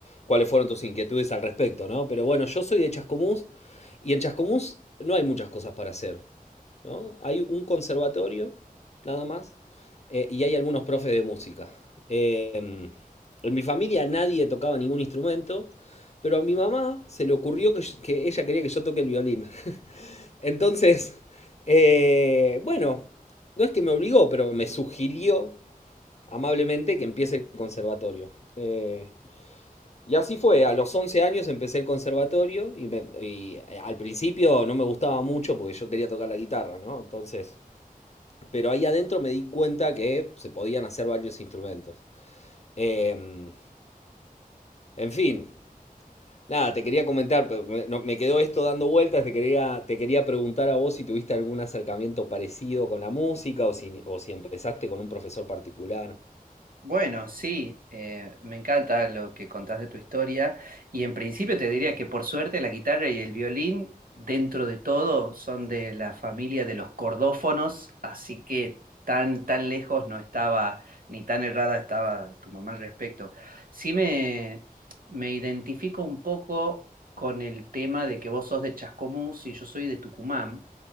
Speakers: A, on the left (about 45°); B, on the right (about 70°).
A: cuáles fueron tus inquietudes al respecto, ¿no? Pero bueno, yo soy de Chascomús, y en Chascomús no hay muchas cosas para hacer, ¿no? Hay un conservatorio, nada más, eh, y hay algunos profes de música. Eh, en mi familia nadie tocaba ningún instrumento, pero a mi mamá se le ocurrió que, que ella quería que yo toque el violín. <laughs> Entonces, eh, bueno, no es que me obligó, pero me sugirió amablemente que empiece el conservatorio. Eh, y así fue, a los 11 años empecé el conservatorio y, me- y, eh, al principio no me gustaba mucho porque yo quería tocar la guitarra, ¿no? Entonces, pero ahí adentro me di cuenta que se podían hacer varios instrumentos. Em, en fin, Nada, te quería comentar, pero me, no- me quedó esto dando vueltas, te quería, te quería preguntar a vos si tuviste algún acercamiento parecido con la música o si, o si empezaste con un profesor particular.
B: Bueno, sí, eh, me encanta lo que contás de tu historia y en principio te diría que por suerte la guitarra y el violín, dentro de todo, son de la familia de los cordófonos, así que tan, tan lejos no estaba, ni tan errada estaba tu mamá al respecto. Sí me, me identifico un poco con el tema de que vos sos de Chascomús y yo soy de Tucumán,